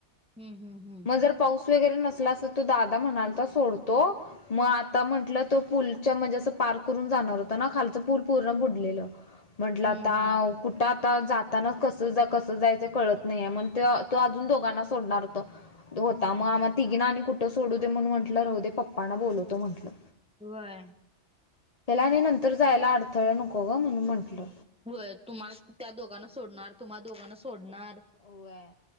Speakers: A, in the centre; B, on the left.
A: हम्म हम्म हम्म
B: मग जर पाऊस वगैरे नसला अस तो दादा म्हणाल सोडतो मग आता म्हंटल तोल म्हणजे असं पार्क करून जाणार होत ना खालच पूल पूर्ण बुडलेलं म्हंटलं
A: हम्म
B: आताुठ
A: हम्म हम्म
B: आता जाता कस कसं जायच कळत नाहीय मण तो अजून दोघांना सोडणार होत. होता मग
A: हम्म
B: आम्हा तिघीना आणि कुठं सोडू दे म्हणून म्हटलं राहू दे पप्पाना बोलवतो म्हटलं.
A: होय.
B: त्याला आणि नंतर जायला अडथळा नको ग म्हणून म्हंटलं.
A: होय तुम्हाला त्या दोघांना सोडणार, तुम्हा दोघांना सोडणार.
B: व्हय